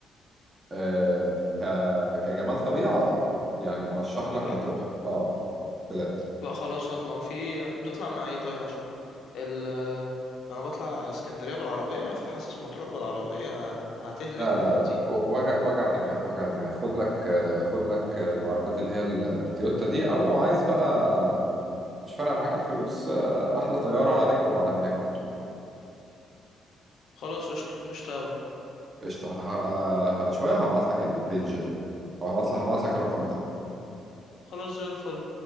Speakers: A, on the right; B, on the left.
A: آه، ك- كجمال طبيعة أه يعني أرشح
B: بجد
A: لك مطروح أه بجد
B: لا خلاص هطلع في بتطلع مع ايه طيب عشان ال انا بطلع اسكندريه بالعربيه فحاسس مطروح بالعربيه هتهلكني
A: لا لا
B: بنزين
A: لا و- وجع وجع دماغ وجع دماغ خد لك آه، خد لك آه، العربيات اللي هي التويوتا دي أو لو عايز بقى مش فارقة معاك الفلوس آه، أحلى طيارة عليك وعلى هناك على طول
B: خلاص قشطه قشطه قوي
A: قشطة ه... ه... شوية وهبعت لك البيج أو هبعت لك هبعت لك الرقم بتاعها
B: خلاص زي الفل